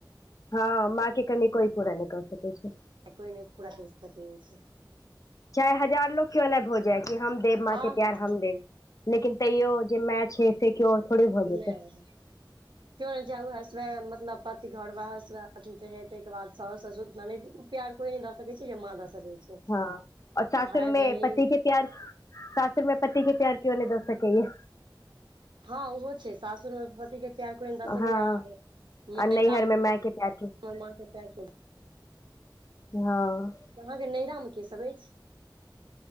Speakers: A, on the left (about 45°); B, on the right (about 75°).
A: हँ मां के कनि कोइ पूरा नै क पेतय।
B: कोय नहि पूरा कैर सकैत अछि।
A: चाहे हजार लोग के्यो नहि भ जाय कि हम देब माँ
B: हँ
A: के प्यार
B: हँ
A: हम देब लेकिन तैयो जे माँय छैय से केओ थोड़े भऽ जेतै
B: नहि
A: <inaudible>
B: <unintelligible> बाद सास ससुर ननैद प्यार कोई न द सकै छैय जे माँ दऽ सकै। छै
A: हँ और सासुरमे
B: भाय बहिन
A: पति के प्यार शासुर मे पति के प्यार केव नहि द सकै य।
B: हँ ओहो छैय सासुर पति के प्यार कोइ नहि द सकै
A: हँ
B: या <unintelligible>
A: आ नैहर मे माय के प्यार के
B: माँ के प्यार
A: हँ
B: तऽ अहाँके नैहरा मे के सब अछि?